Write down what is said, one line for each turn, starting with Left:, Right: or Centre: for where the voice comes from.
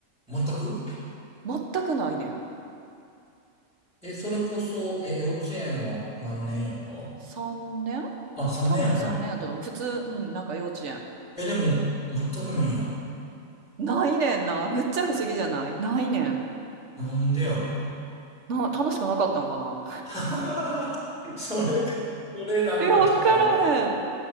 Centre: 全く
Right: 全くないねん。
Centre: え、それこそ、え、幼稚園は何年やった
Right: 3年
Centre: あ、3年やったんや。
Right: 多分3年やったと思う。普通、うん、なんか幼稚園。
Centre: え、でも、全くないんや。
Right: ないねんな。めっちゃ不思議じゃないないねん。
Centre: なんでやろ
Right: な、楽しくなかったんかな。
Centre: う。<laughs> それ、それなんかちょっとあれやな。
Right: <laughs> いや、わからへん。